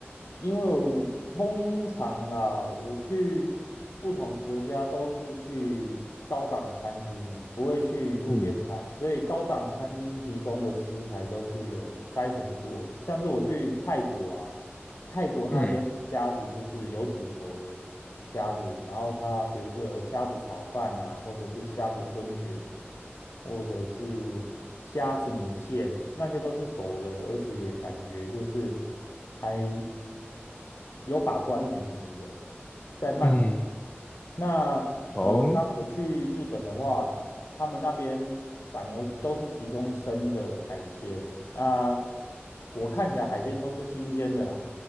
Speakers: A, on the left; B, on the left.
A: 因为我通常啦，我去不同国家都是去高档餐厅，不会去路边摊，
B: 嗯，
A: 所以高档餐厅提供的食材都是有筛选过的。像是我去泰国啊。泰国那边的虾子就是有煮熟的虾子，
B: 嗯
A: 然后它比如说有虾子炒饭啊，或者是虾子春卷，或者是虾子米线，那些都是熟的，而且感觉就是还有把关品质的，在曼谷。
B: 嗯
A: 那呃，
B: 哦
A: 当我去日本的话，他们那边反而都是提供生的海鲜。那我看起来海鲜都是新鲜的啦。